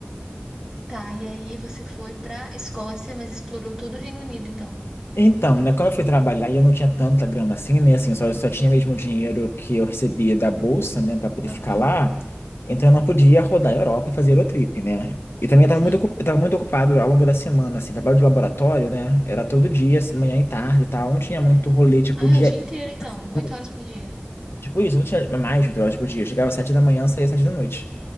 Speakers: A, on the right; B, on the left.
A: Tá, e aí você foi pra Escócia, mas explorou todo o Reino Unido, então.
B: Então, né, como eu fui trabalhar e eu não tinha tanta grana assim, né, assim, só, só tinha mesmo o dinheiro que eu recebia da bolsa, né, para poder
A: Aham.
B: ficar lá, então eu não podia rodar a Europa e fazer Eurotrip, né? E também eu tava
A: Sim.
B: muito, ocu- eu tava muito ocupado ao longo da semana, assim, trabalho de laboratório, né, era todo dia, assim, manhã e tarde e tal, não tinha muito rolê, tipo,
A: Ah,
B: dia...
A: é o dia inteiro, então. Oito
B: hum,
A: horas por dia.
B: Tipo isso, não tinha mais oito horas por dia, eu chegava às sete da manhã, saía às sete da noite.